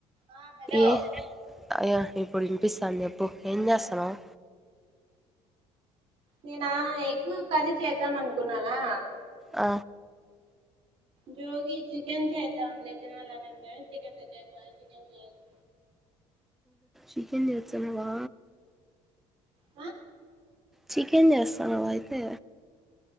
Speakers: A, on the right (about 50°); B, in the centre.
A: ఆ హలో
B: ఏ అయ్య ఇప్పుడు వినిపిస్తాఉంది చెపు ఎంచేస్తునవ్
A: నేనా ఎగ్ కర్రీ చేద్దాం అనుకున్నానా
B: ఆ
A: జోగి చికెన్ చే ఇద్దరం లేచినల్ అని చికెన్ తెచ్చేకి వెళ్ళాలం చికెన్ చెయ్యాలి
B: చికెన్ చెచ్చడావా
A: ఆ
B: చికెన్ చేస్తానవ అయితే